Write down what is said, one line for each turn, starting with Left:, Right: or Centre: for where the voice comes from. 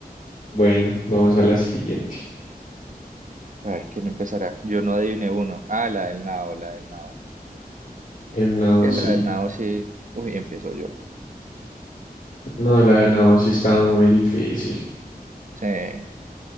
Left: Bueno, vamos a la siguiente.
Right: A ver, ¿quién empezará? Yo no adiviné uno. Ah, la del nao, la del nao.
Left: El nado
Right: Es que la
Left: sí.
Right: del nao sí. Uy, empiezo yo.
Left: No, la del no, sí estaba muy difícil.
Right: Sí,